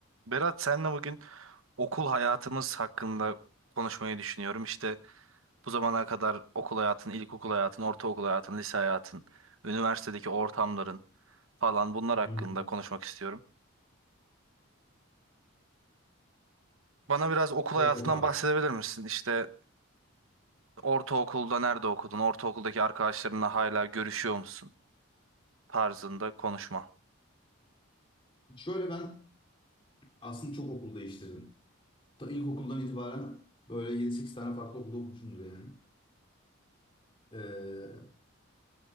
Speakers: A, on the right; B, on the left.
A: Berat senle bugün okul hayatımız hakkında konuşmayı düşünüyorum. İşte bu zamana kadar okul hayatın, ilkokul hayatın, ortaokul hayatın, lise hayatın, üniversitedeki ortamların falan bunlar hakkında
B: Hı hı.
A: konuşmak istiyorum. Bana biraz okul
B: Evet
A: hayatından
B: abi.
A: bahsedebilir misin? İşte ortaokulda nerede okudun? Ortaokuldaki arkadaşlarınla hala görüşüyor musun? Tarzında konuşma.
B: Şöyle ben aslında çok okul değiştirdim. Ta ilkokuldan itibaren böyle yedi sekiz tane farklı okulda okumuşumdur yani. Ee,